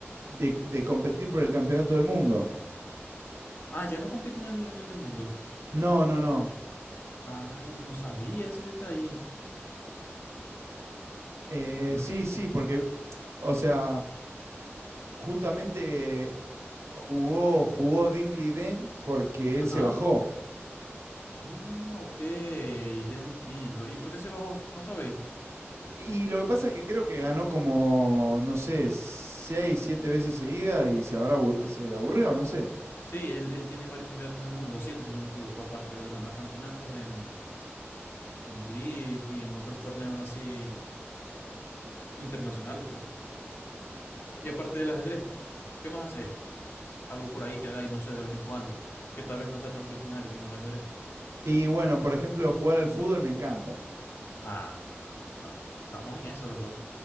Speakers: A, on the right; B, on the left.
A: de, de competir por el campeonato del mundo.
B: Ah, ya no compiten en el, en el de mundo.
A: No, no, no.
B: Ay, no sabía ese detalle.
A: Eh,
B: Dios.
A: sí, sí, porque, o sea, justamente jugó, jugó Dingley Den porque
B: Ajá.
A: él se bajó.
B: Mm, ok, ya entiendo. ¿Y por qué se bajó? No sabéis.
A: Y lo que pasa es que creo que ganó como, no sé, seis, siete veces seguida y se habrá abur- se aburrió, no sé.
B: Sí, él, él tiene varios campeonatos del mundo, siete si no me equivoco, aparte de los demás campeonatos en, en Blitz y en otros torneos así internacionales, pues. Y aparte del ajedrez, ¿qué más hace? algo por ahí que hagáis, no sé, de vez en cuando, que tal vez no sea tan rutinario como el ajedrez.
A: Y bueno, por ejemplo, jugar al fútbol me encanta.
B: Ah, ah, estamos, estamos en eso los dos.